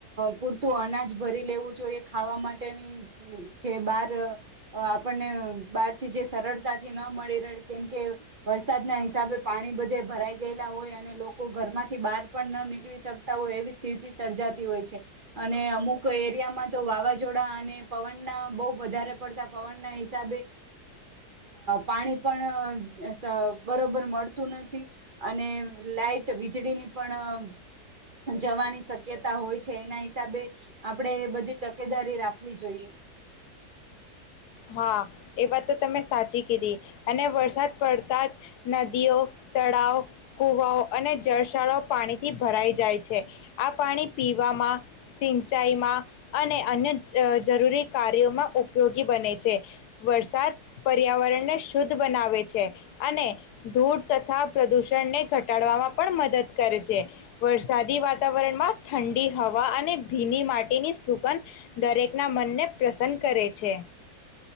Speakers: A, on the right; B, on the left.
A: પૂરતું અનાજ ભરી લેવું જોઈએ ખાવા માટેની, જે બાર આપણને બહારથી જે સરળતાથી ન મળી રહે કેમકે વરસાદના હિસાબે પાણી બધે ભરાઈ ગયેલા હોય અને લોકો ઘરમાં બાર પણ ન નીકળી શકતા હોય એવી સ્થિતિ સર્જાતી હોય છે, અને અમુક એરિયામાં તો વાવાઝોડા અને પવનના બહુ વધારે પડતા પવનના હિસાબે, પાણી પણ બરોબર મળતું નથી, અને લાઈટ વીજળીની પણ, જવાની શક્યતા હોય છે એના હિસાબે, આપણેે બધી તકેદારી રાખવી જોઈએ.
B: હા, એ વાત તો તમે સાચી કીધી. અને વરસાદ પડતા જ, નદીઓ, તળાવ કુવાઓ અને જળશાળઓ પાણીથી ભરાઈ જાય છે, આ પાણી પીવામાં સિંચાઈમાં અને અન્ય જરૂરી કાર્યોમાં ઉપયોગી બને છે. છે, વરસાદ પર્યાવરણને શુદ્ધ બનાવે છે અને ધૂળ તથા પ્રદૂષણને ઘટ ટાડવામાં પણ મદદ કરે છે, વરસાદી વાતાવરણમાં ઠંડી હવા અને ભીની માટીની સુગંધ દરેકના મનને પ્રસન્ન કરે છે.